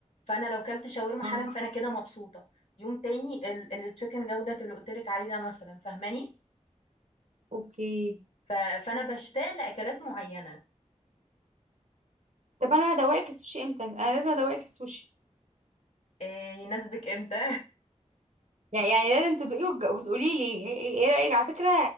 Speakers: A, on the left; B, on the right.
A: فانا لو كلت شاورما حالا
B: اه
A: فانا كده مبسوطه يوم تاني ال- التشيكن جوده اللي قلت لك عليه ده مثلا فاهماني
B: اوكي
A: ف- فانا بشتاق لاكلات معينه
B: طب انا هدوقك السوشي امتى انا لازم ادوقك السوشي
A: إيه يناسبك امتى
B: يعني يعني لازم تدوقيه وتج- وتقولي لي ايه إيه- إيه رايك على فكره